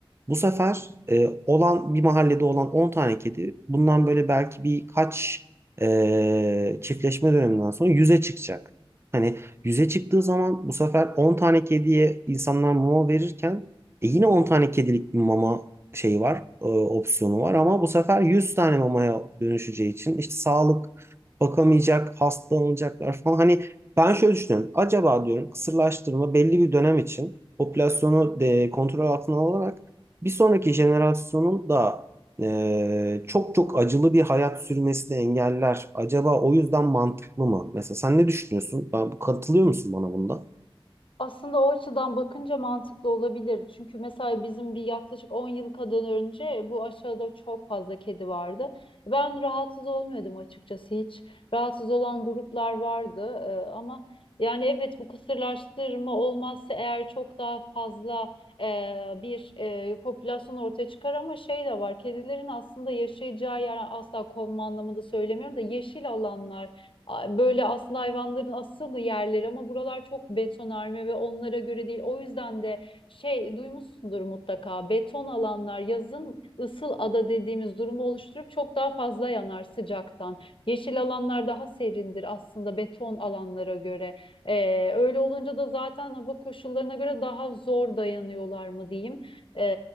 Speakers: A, on the right; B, on the left.
A: bu sefer e, olan bir mahallede olan 10 tane kedi bundan böyle belki birkaç e, çiftleşme döneminden sonra 100'e çıkacak. Hani 100'e çıktığı zaman bu sefer 10 tane kediye insanlar mama verirken e, yine 10 tane kedilik bir mama şeyi var, e, opsiyonu var ama bu sefer 100 tane mamaya dönüşeceği için işte sağlık bakamayacak, hastalanacaklar falan. Hani ben şöyle düşünüyorum. Acaba diyorum kısırlaştırma belli bir dönem için popülasyonu de kontrol altına alarak bir sonraki jenerasyonun da e, çok çok acılı bir hayat sürmesini engeller. Acaba o yüzden mantıklı mı? Mesela sen ne düşünüyorsun? Ben, katılıyor musun bana bunda?
B: Aslında o açıdan bakınca mantıklı olabilir. Çünkü mesela bizim bir yaklaşık 10 yıl kadar önce bu aşağıda çok fazla kedi vardı. Ben rahatsız olmuyordum açıkçası hiç. Rahatsız olan gruplar vardı Ee, ama yani evet bu kısırlaştırma olmazsa eğer çok daha fazla e, bir e, popülasyon ortaya çıkar ama şey de var. Kedilerin aslında yaşayacağı yer asla kovma anlamında söylemiyorum da yeşil alanlar a- böyle aslında hayvanların asıl yerleri ama buralar çok betonarme ve onlara göre değil. O yüzden de şey duymuşsundur mutlaka beton alanlar yazın ısıl ada dediğimiz durumu oluşturup çok daha fazla yanar sıcaktan. Yeşil alanlar daha serindir aslında beton alanlara göre. Ee, öyle olunca da zaten hava koşullarına göre daha zor dayanıyorlar mı diyeyim. E,